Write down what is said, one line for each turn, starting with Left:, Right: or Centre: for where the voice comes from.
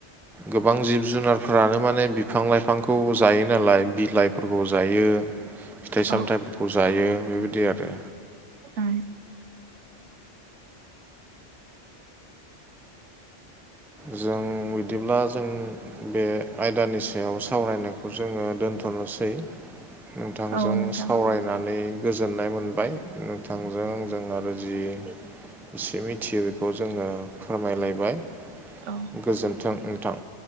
Centre: गोबां जिब जुनारफोरानो माने बिफां लाइफांखौ जायो नालाय बिलाइफोरखौ जायो। फिथाइ सामथाइफोरखौ
Right: औ
Centre: जायो बेबायदि आरो।
Right: उम
Centre: जों बिदिब्ला जों बे आयदानि सायाव सावरायनायखौ जोङो दोन्थ'नोसै। नोंथांजों
Right: औ नोंथां
Centre: सावरायनानै गोजोननाय मोनबाय। नोंथांजों आंजों आरो जि एसे मिथियो बेखौ जोङो फोरमायलायबाय।।
Right: औ
Centre: गोजोन्थों नोंथां।